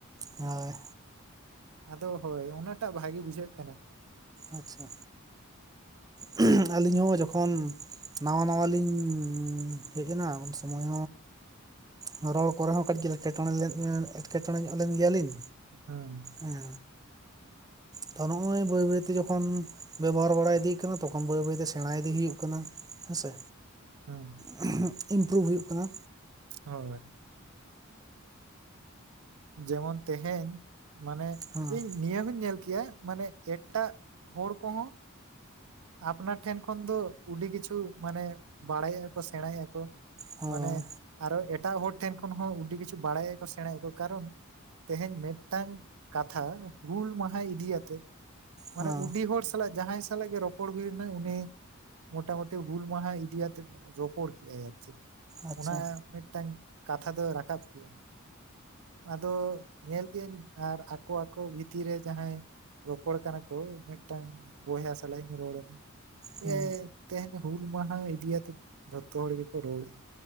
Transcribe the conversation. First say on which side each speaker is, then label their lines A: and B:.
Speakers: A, on the right; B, on the right.
A: ᱦᱳᱭ᱾
B: ᱟᱫᱚ ᱦᱳᱭ ᱚᱱᱟ ᱴᱟᱜ ᱵᱷᱟᱜᱤ ᱵᱩᱡᱷᱟᱹᱜ ᱠᱟᱱᱟ᱾
A: ᱟᱪᱪᱷᱟ᱾ <unintelligible> ᱟᱹᱞᱤᱧ ᱦᱚᱸ ᱡᱚᱠᱷᱚᱱ ᱱᱟᱣᱟ ᱱᱟᱣᱟ ᱞᱤᱧᱻ ᱦᱮᱡ ᱮᱱᱟ, ᱩᱱ ᱥᱚᱢᱚᱭ ᱦᱚᱸ ᱨᱚᱲ ᱠᱚᱨᱮ ᱦᱚᱸ ᱠᱟᱹᱴᱤᱡ ᱜᱮ ᱮᱴᱠᱮ ᱴᱚᱬᱮᱸ ᱞᱮᱫ ᱮᱸ ᱮᱴᱠᱮ ᱴᱚᱬᱮᱸ ᱧᱚᱜ ᱞᱮᱱ ᱜᱮᱭᱟᱞᱤᱧ᱾
B: ᱦᱚᱭ,
A: ᱮᱸ ᱛᱚ ᱱᱚᱜᱼᱚᱭ ᱵᱟᱹᱭ ᱵᱟᱹᱭᱛᱮ ᱡᱚᱠᱷᱚᱱ ᱵᱮᱵᱽᱦᱟᱨ ᱵᱟᱲᱟ ᱤᱫᱤᱜ ᱠᱟᱱᱟ ᱛᱚᱠᱷᱚᱱ ᱵᱟᱹᱭ ᱵᱟᱹᱭᱛᱮ ᱥᱮᱬᱟ ᱤᱫᱤ ᱦᱩᱭᱩᱜ ᱠᱟᱱᱟ, ᱦᱮᱸᱥᱮ
B: ᱦᱩᱸ
A: <unintelligible> ᱤᱢᱯᱩᱨᱩᱵᱷ ᱦᱩᱭᱩᱜ ᱠᱟᱱᱟ᱾
B: ᱦᱳᱭ, ᱡᱮᱢᱚᱱ ᱛᱮᱦᱮᱧ ᱢᱟᱱᱮ
A: ᱦᱮᱸ
B: ᱤᱧ ᱱᱤᱭᱟᱹ ᱦᱩᱧ ᱧᱮᱞ ᱠᱮᱭᱟ, ᱢᱟᱱᱮᱜ ᱮᱴᱟᱜ ᱦᱚᱲ ᱠᱚᱦᱚᱸ ᱟᱯᱱᱟᱨ ᱴᱷᱮᱸᱱ ᱠᱷᱚᱱ ᱫᱚ ᱩᱰᱤ ᱠᱤᱪᱷᱩ ᱢᱟᱱᱮ ᱵᱟᱲᱟᱭᱮᱜ-ᱟ ᱠᱚ ᱥᱮᱬᱟᱭᱮᱜᱼᱟ ᱠᱚ,
A: ᱦᱳᱭ
B: ᱢᱟᱱᱮ ᱟᱨᱚ ᱮᱴᱟᱜ ᱦᱚᱲ ᱴᱷᱮᱱ ᱠᱷᱚᱱ ᱦᱚᱸ ᱩᱰᱤ ᱠᱤᱪᱷᱩ ᱵᱟᱲᱟᱭᱮᱜ-ᱟ ᱠᱚ ᱥᱮᱬᱟᱭᱮᱜᱼᱟ ᱠᱚ ᱠᱟᱨᱚᱱ ᱛᱮᱦᱮᱧ ᱢᱮᱫᱴᱟᱝ ᱠᱟᱛᱷᱟ ᱦᱩᱞ ᱢᱟᱦᱟ ᱤᱫᱤᱭᱟᱛᱮᱫ ᱢᱟᱱᱮ
A: ᱦᱮᱸ
B: ᱩᱰᱤ ᱦᱚᱲ ᱥᱟᱞᱟᱜ ᱡᱟᱦᱟᱸᱭ ᱥᱟᱞᱟᱜ ᱜᱮ ᱨᱚᱯ- ᱯᱚᱲ ᱦᱩᱭᱮᱱᱟ ᱩᱱᱤ ᱢᱚᱴᱟ ᱢᱩᱴᱤ ᱦᱩᱞ ᱢᱟᱦᱟ ᱤᱫᱤᱭᱟᱛᱮᱫ ᱡᱚᱯᱚᱲ ᱠᱮᱜᱼᱟᱭ ᱟᱨ ᱪᱮᱫ?
A: ᱟᱪᱪᱷᱟ
B: ᱚᱱᱟᱻᱭ ᱢᱤᱫᱴᱟᱝ ᱠᱟᱛᱷᱟ ᱫᱚ ᱨᱟᱠᱟᱵ ᱠᱮᱜᱼᱟ, ᱟᱫᱚ ᱧᱮᱞ ᱜᱤᱭᱟᱹᱧ ᱟᱨ ᱟᱠᱚ ᱟᱠᱚ ᱵᱷᱤᱛᱤᱨ ᱨᱮ ᱡᱟᱦᱟᱸᱭ ᱨᱚᱯᱚᱲ ᱠᱟᱱᱟ ᱠᱚ ᱢᱤᱫᱴᱟᱝ ᱵᱚᱭᱦᱟ ᱥᱟᱞᱟᱹᱧ ᱨᱚᱲᱮᱫ,
A: ᱦᱮᱸ
B: ᱮᱸ ᱛᱮᱦᱮᱧ ᱦᱩᱞ ᱢᱟᱦᱟ ᱤᱫᱤ ᱭᱟᱛᱮᱫ ᱡᱷᱚᱛᱚ ᱦᱚᱲ ᱜᱮᱠᱚ ᱨᱚᱲᱼᱮᱜ ᱟ᱾